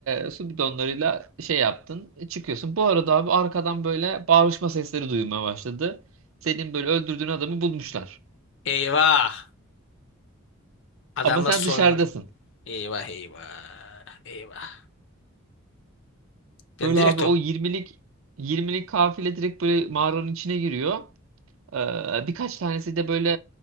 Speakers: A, on the right (about 65°); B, on the left (about 60°).
A: e, su bidonlarıyla şey yaptın e, çıkıyorsun. Bu arada abi arkadan böyle bağırışma sesleri duymaya başladı. Senin böyle öldürdüğün adamı bulmuşlar.
B: Eyvah! Adamla
A: Ama sen
B: soyun.
A: dışarıdasın.
B: Eyvah eyvah. Eyvah. Ben
A: Böyle
B: direkt
A: abi o 20'lik 20'lik kafile direkt böyle mağaranın içine giriyor. Ee, birkaç tanesi de böyle